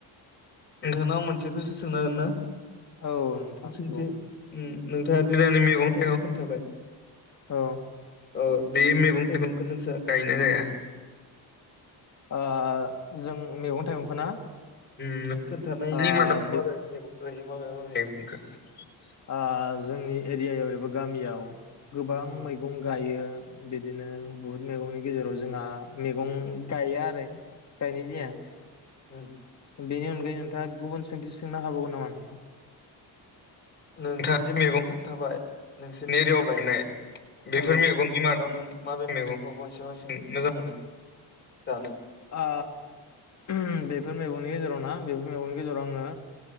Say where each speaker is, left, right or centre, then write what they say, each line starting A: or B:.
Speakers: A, on the left (about 25°); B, on the left (about 40°).
A: नोंथांनाव मोनसे कुइसन सोंनो हागोन ना?
B: औ नोंथां
A: सोंथि
B: बुं।
A: उम नोंथाङा दैलांनि मैगं थाइगं खोन्थाबाय ।
B: औ।
A: औ बे मैगं थाइगंखौ नोंसा गायोना गाया?
B: ओ जों मैगं थाइगंखौ ना?
A: उम नों खोन्थानायनि
B: ओ
A: मादाव
B: बे
A: माबे मैगं <unintelligible>
B: आ जोंनि एरियायाव एबा गामियाव गोबां
A: उम
B: मैगं गायो ‌। बिदिनो
A: उम
B: बहुत मैगंनि गेजेराव जोंहा मैगं गाया आरो। गायनाय जाया
A: उम उम।
B: बेनि अनगायै नोंथाङा गुबुन सोंथि सोंनो हाबावगोन नामा नोंथां?
A: नोंथाङा दि मैगं खोन्थाबाय नोंसोरनि एरियायाव गायनाय बेफोर
B: औ
A: मैगंनि मादाव नों माबे मैगंखौ <unintelligible> मोजां मोनो जानो?
B: आ उम बेफोर मैगंनि गेजेराव ना बेफोर मैगंनि गेजेराव आङो